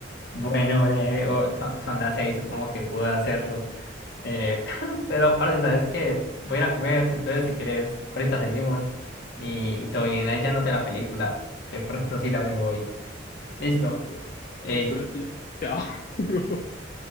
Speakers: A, on the left (about 60°); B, on the left (about 45°).
A: Bueno, breve, o- son, son las seis, supongo que puedo hacerlo. Eh, <laughs> pero, parce, sabes que voy a ir a comer, entonces si quieres, ahorita seguimos y, y todo bien. Ahí ya noté la película, de pronto sí la veo hoy. Listo.
B: Listo,
A: Ey.
B: listo, tío. Chao. <laughs>